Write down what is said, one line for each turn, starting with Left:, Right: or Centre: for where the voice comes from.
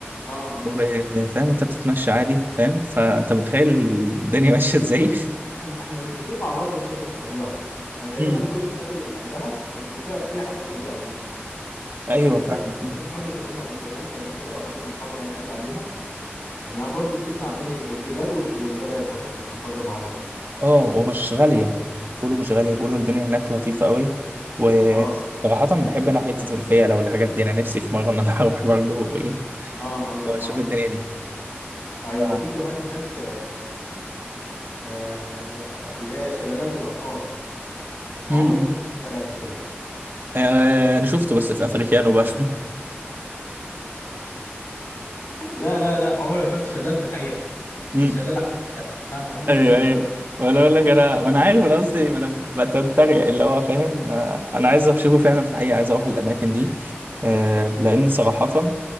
Left: اه اه
Right: وفاهم انت بتتمشى عادي فاهم فانت متخيل الدنيا ماشية ازاي
Left: احنا احنا متفقين مع بعض في حته الطبيعه يعني تقريبا
Right: <laughs> مم.
Left: كل البلاد اللي بنحبها يعني فيها فيها حته الطبيعه دي
Right: ايوه
Left: انا فاكر
Right: فاهم
Left: لما حد كلمنا على سريلانكا قبل كده وحد من اصحابي يعني قال لي عليها انها برضو بتجمع بين الجبال والج- والغابات برضو الخضرة مع بعض
Right: اه ومش غالية بيقولوا مش غالية بيقولوا الدنيا هناك لطيفة قوي وصراحة
Left: اه
Right: بحب أنا حتة الفيلة والحاجات دي أنا نفسي في مرة إن أنا <laughs> أروح برضه وإيه
Left: اه اه
Right: وأشوف
Left: اه
Right: الدنيا دي
Left: ايوه
Right: ف... م-
Left: وفي كمان هناك آه اللي هي الشلالات والانهار انا
Right: م.
Left: عمري ما شفت شلال قبل كده
Right: آه، أنا شفته بس في أفريكانو بقى
Left: لا لا لا عمري ما شفت شلال في الحقيقة
Right: <laughs> م-
Left: مش شلال
Right: م.
Left: احمد السقا لا انا عمري ما
Right: أيوه
Left: شفت شلال
Right: أيوه وأنا أقول لك أنا ما أنا عارف أنا قصدي ما أنا بتريق اللي هو فاهم آه، أنا عايز أشوفه فعلا في الحقيقة عايز أروح الأماكن دي آه، لأن صراحة